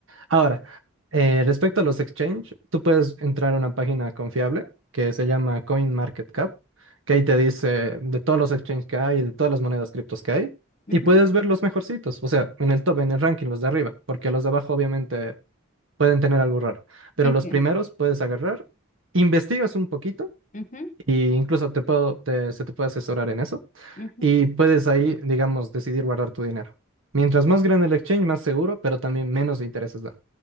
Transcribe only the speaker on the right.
Ahora, eh, respecto a los exchange, tú puedes entrar a una página confiable que se llama CoinMarketCap, que ahí te dice de todos los exchange que hay, de todas las monedas criptos que hay,
y puedes ver los mejorcitos, o sea, en el top, en el ranking, los de arriba, porque los de abajo obviamente pueden tener algo raro, pero
los primeros
puedes agarrar, investigas un poquito
y incluso te puedo, te- se te puede asesorar en eso.
Y puedes ahí, digamos, decidir guardar tu dinero. Mientras más grande el exchange, más seguro, pero también menos intereses da.